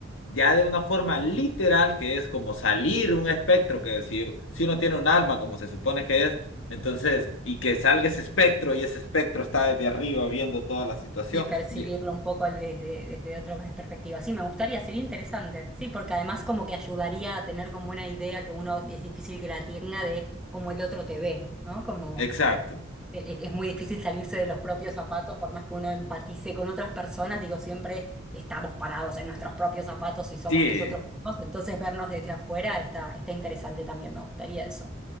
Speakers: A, on the left; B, in the centre.
A: ya de una forma literal, que es como salir un espectro, que si, si uno tiene un alma, como se supone que es, entonces, y que salga ese espectro y ese espectro está desde arriba viendo toda la situación.
B: Y percibirlo
A: Ye-
B: un poco desde, desde otra perspectiva. Sí, me gustaría, sería interesante. Sí, porque además como que ayudaría a tener como una idea que uno es difícil que la tenga de cómo el otro te ve, ¿no? Como
A: Exacto.
B: e- e- Es muy difícil salirse de los propios zapatos, por más que uno empatice con otras personas, digo, siempre estamos parados en nuestros propios zapatos y somos
A: Sí,
B: nosotros mismos, entonces vernos desde afuera está, está interesante también, me gustaría eso.